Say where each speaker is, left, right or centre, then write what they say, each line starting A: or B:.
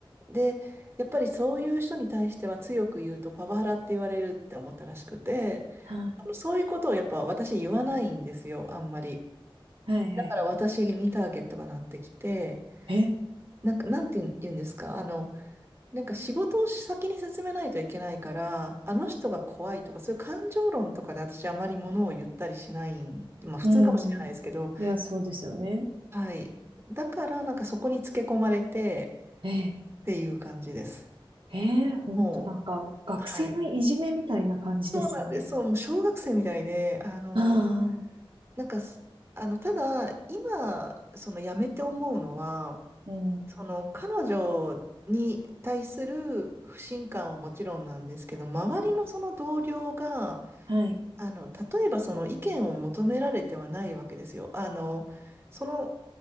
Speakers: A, on the right (about 25°); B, on the right (about 65°).
A: で、やっぱりそういう人に対しては強く言うとパワハラって言われるって思ったらしくて、
B: は
A: あのそういうことをやっぱ私言わないんですよ、あんまり。
B: い、はいはい。
A: だから私にターゲットがなってきて、
B: え、
A: なんか、なんて言うんですか、あの、なんか仕事を先に進めないといけないから、あの人が怖いとか、そういう感情論とかで私あまりものを言ったりしないん、まあ普通かもしれないですけど、
B: うん。いや、そうですよね。
A: はい。だからなんかそこにつけ込まれて
B: ええ、
A: っていう感じです。
B: ええ、ほんとなんか、
A: も
B: 学生のいじめみたいな感じですね。
A: う、はい。なんで、そう、もう小学生みたいで、あの、
B: ああ、
A: なんかす、あの、ただ、今、その辞めて思うのは、
B: うん。
A: その彼女に対する不信感はもちろんなんですけど、周りのその同僚が、
B: はい、
A: あの、例えばその意見を求められてはないわけですよ。あの、その